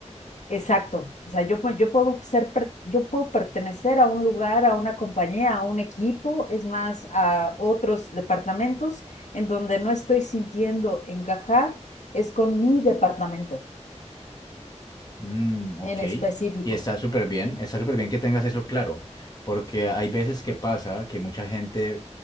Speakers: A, on the left (about 75°); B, on the left (about 35°).
A: exacto. O sea, yo, pu- yo puedo ser, per- yo puedo pertenecer a un lugar, a una compañía, a un equipo, es más, a otros departamentos en donde no estoy sintiendo encajar, es con mi departamento
B: Mm, ok.
A: en específico.
B: Y está súper bien, está súper bien que tengas eso claro, porque hay veces que pasa que mucha gente